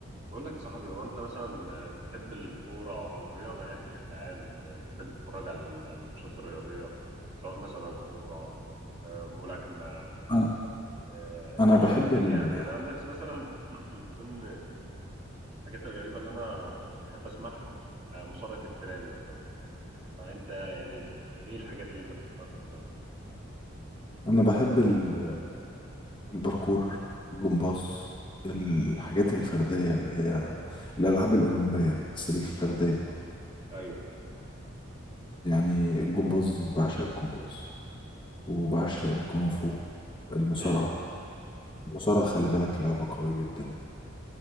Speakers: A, on the right; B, on the left.
A: بقول لك يا صاحبي هو انت مثلا بتحب الكوره او الرياضه يعني بشكل عام بتحب تتفرج على الماتشات الرياضيه سواء مثلا كوره آه، ملاكمه
B: انا
A: آه، الحاجات
B: انا بحب
A: ديت
B: ال...
A: يعني انا عن نفسي مثلا <clears throat> من ضمن الحاجات الغريبه اللي انا بحب اسمعها آه، مصارعه التيران مثلا فانت يعني ايه الحاجات اللي انت بتحبها في الرياضه
B: انا بحب ال... الباركور الجمباز الحاجات الفرديه اللي هي الالعاب الاولمبيه بس الفرديه اه
A: ايوه
B: يعني الجمباز بعشق الجمباز وبعشق الكونغ فو المصارعه
A: امم
B: المصارعه خلي بالك لعبه قويه جدا